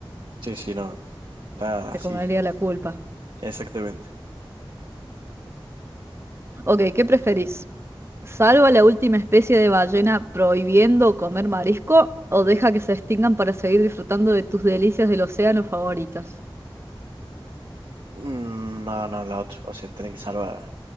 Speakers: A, on the right; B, on the right.
A: Sí, sí, no. Da
B: Te
A: así,
B: comería la culpa.
A: exactamente.
B: Ok, ¿qué preferís? ¿Salva la última especie de ballena prohibiendo comer marisco o deja que se extingan para seguir disfrutando de tus delicias del océano favoritas?
A: Mm, No, no, la otra. O sea, tienen que salvar,